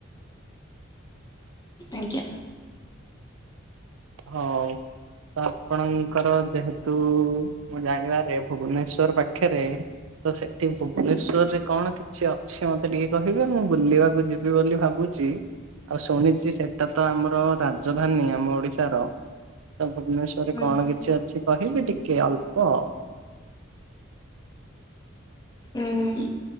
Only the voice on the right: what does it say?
ହଉ। ତ ଆପଣଙ୍କର ଯେହେତୁ ମୁଁ ଜାଣିବାରେ ଭୁବନେଶ୍ଵର୍ ପାଖରେ ତ ସେଠି ଭୁବନେଶ୍ୱର୍ ରେ କଣ କିଛି ଅଛି ମତେ ଟିକେ କହିବେ ମୁଁ ବୁଲିବାକୁ ଯିବି ବୋଲି ଭାବୁ ଆଉ ଶୁଣିଛି ସେଟା ତ ଆମର ରାଜଧାନୀ ଆମ ଓଡି ତାର ଭୁବନେଶ୍ଵର୍ ରେ
କଣ କିଛି ଅଛି କହିବି ଟିକେ ଅଳ୍ପ।